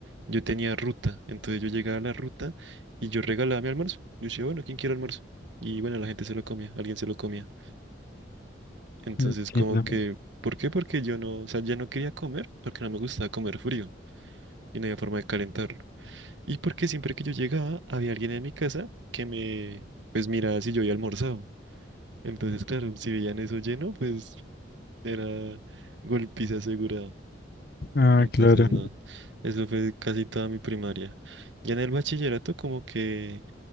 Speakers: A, on the right; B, on the left.
A: yo tenía ruta, entonces yo llegaba a la ruta y yo regalaba mi almuerzo. Yo decía, bueno, ¿quién quiere almuerzo? Y bueno, la gente se lo comía, alguien se lo comía. Entonces,
B: Entiendo.
A: como que, ¿por qué? Porque yo no, o sea, ya no quería comer porque no me gustaba comer frío y no había forma de calentarlo. Y porque siempre que yo llegaba, había alguien en mi casa que me, pues miraba si yo había almorzado. Entonces, claro, si veían eso lleno, pues era golpiza asegurada.
B: Ah,
A: Entonces,
B: claro.
A: no, eso fue casi toda mi primaria. Ya en el bachillerato, como que,